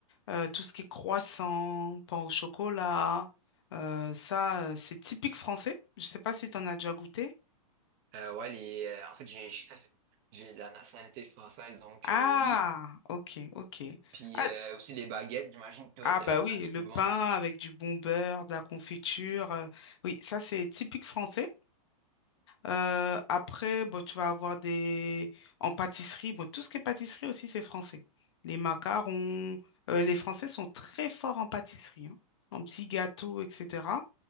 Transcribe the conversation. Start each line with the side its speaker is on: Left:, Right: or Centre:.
Left: euh, tout ce qui est croissant, pain au chocolat. euh, ça, euh, c'est typique français. Je ne sais pas si tu en as déjà goûté.
Right: Euh, ouais, les, euh, en fait, j'ai <laughs> j'ai de la nationalité française, donc
Left: Ah,
Right: euh, oui.
Left: ok, ok.
Right: Puis
Left: Ah,
Right: euh, aussi les baguettes, j'imagine que toi,
Left: ah,
Right: t'es
Left: bah
Right: un,
Left: oui,
Right: un petit
Left: le
Right: peu bon.
Left: pain
Right: hein.
Left: avec du bon beurre, de la confiture. euh, oui, ça, c'est typique français. Euh, après, bon, tu vas avoir des... En pâtisserie, bon, tout ce qui est pâtisserie aussi, c'est français. Les macarons, euh, les Français sont très forts en pâtisserie, hein, en petits gâteaux, etc.